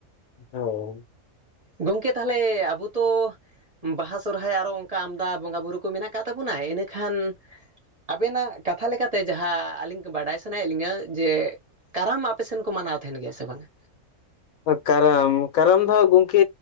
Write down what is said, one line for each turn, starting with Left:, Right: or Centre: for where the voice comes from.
Left: ᱦᱳᱭ
Right: ᱜᱚᱢᱠᱮ ᱛᱟᱦᱞᱮ ᱟᱵᱚ ᱛᱚ ᱵᱟᱦᱟ ᱥᱚᱨᱦᱟᱭ ᱟᱨ ᱦᱚᱸ ᱚᱱᱠᱟ ᱟᱢᱫᱟ ᱵᱚᱸᱜᱟ-ᱵᱩᱨᱩ ᱠᱚ ᱢᱮᱱᱟᱜ ᱠᱟᱜ ᱛᱟᱵᱚᱱᱟ ᱮᱱᱠᱷᱟᱱ ᱟᱹᱵᱮᱱᱟᱜ ᱠᱟᱛᱷᱟ ᱞᱮᱠᱟᱛᱮ ᱡᱟᱦᱟᱸ ᱟᱹᱞᱤᱧ ᱠᱮ ᱵᱟᱰᱟᱭ ᱥᱟᱱᱟᱭᱮᱫ ᱞᱤᱧᱟᱹ ᱡᱮ ᱠᱟᱨᱟᱢ ᱟᱯᱮ ᱥᱮᱱ ᱠᱚ ᱢᱟᱱᱟᱣ ᱛᱟᱦᱮᱱ ᱜᱮᱭᱟ ᱥᱮ ᱵᱟᱝᱟ?
Left: ᱠᱟᱨᱟᱢ ᱠᱟᱨᱟᱢ ᱫᱚ ᱜᱚᱢᱠᱮ